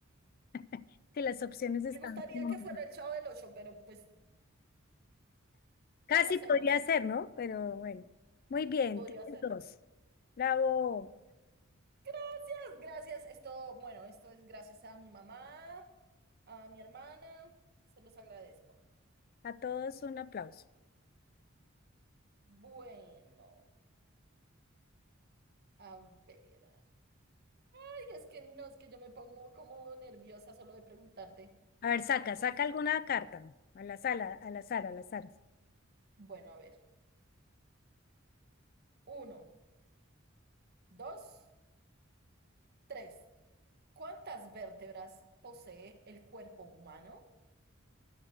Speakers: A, on the left (about 45°); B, on the right (about 50°).
A: <laughs> Que las opciones
B: Me
A: están
B: gustaría
A: como...
B: que fuera el Chavo del Ocho, pero pues,
A: Casi
B: ¿qué hacemos?
A: podría ser, ¿no? Pero bueno, muy bien,
B: Podría
A: tienes
B: ser.
A: dos. Bravo.
B: Gracias, gracias. Esto, bueno, esto es gracias a mi mamá, a mi hermana. Se los agradezco.
A: A todos un aplauso.
B: Bueno, a ver. Ay, es que no, es que yo me pongo como nerviosa solo de preguntarte.
A: A ver, saca, saca alguna carta. A la sala, a la sala, a la sala.
B: Bueno, a ver. Uno, dos, tres. ¿Cuántas vértebras posee el cuerpo humano?